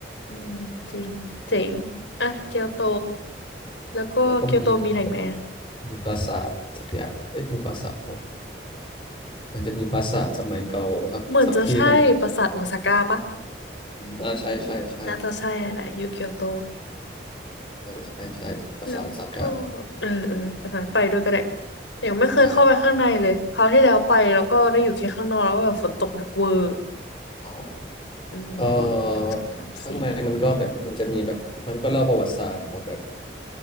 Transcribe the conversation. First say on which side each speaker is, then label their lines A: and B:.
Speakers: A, on the left; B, on the left.
A: อืมจริงเจ๋งอ่ะเกียวโต แล้วก็เกียวโตมีอะไรไหมอะ
B: แล้วก็มีมีไป มีปราสาทสักอย่างเอ๊ะมีปราสาทเหรอมันจะมีปราสาทสมัยเก่าสักสักที่หนึ่ง
A: เหมือนจะใช่ปราสาทโอซาก้าปะ
B: อ่าใช่ใช่ใช่
A: น่าจะใช่แหละแหละอยู่เกียวโต
B: เออใช่ใช่ปราสาทโอซาก้า
A: แล้วก็เออเอออันนั้นไปด้วยก็ได้ยังไม่เคยเข้าไปข้างในเลยคราวที่แล้วไปแล้วก็ได้อยู่แค่ข้างนอกแล้วก็แบบฝนตกหนักเวอร์
B: ได้อ๋อ
A: อืมอดหนึ่งสองสามสี่
B: เออข้างในมันก็แบบมันจะมีแบบมันก็เล่าประวัติศาสตร์ของแบบ